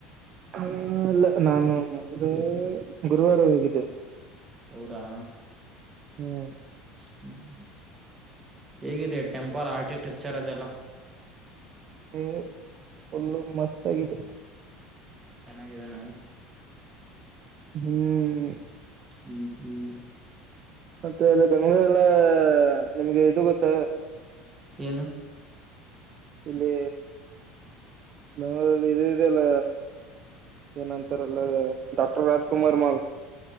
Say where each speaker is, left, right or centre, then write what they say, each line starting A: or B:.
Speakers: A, on the right; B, on the right.
A: ಹ ಅಲ್ಲ ನಾನು ಮ ಗುರುವಾರ ಹೋಗಿದ್ದೆ.
B: ಹೌದಾ.
A: ಹ್ಮ್.
B: ಹ್ಮ ಹೇಗಿದೆ ಟೆಂಪಲ್ ಆರ್ಟಿಟ. ವಿಚಾರದೆಲ್ಲ.
A: ಹ ಫುಲ್ಲು ಮಸ್ತ್ ಆಗಿದೆ.
B: ಚೆನ್ನಾಗಿದ್ದಾನ.
A: ಹ್ಮ್.
B: ಹ್ಮ್ ಹ್ಮ್.
A: ಮತ್ತೆ ಅಲ್ಲಿ ಬೆಂಗ್ಗಳೂರೆಲ್ಲ ನಿಮ್ಗೆ ಇದು ಗೊತ್ತ
B: ಏನು.
A: ಇಲ್ಲಿ ಬೆಂಗಳೂರಲ್ಲಿ ಇದು ಇದೆಲ್ಲ ಏನಂತಾರಲ್ಲ ಡಾಕ್ಟರ್ ರಾಜ್ಕುಮಾರ್ ಮಾಲ್.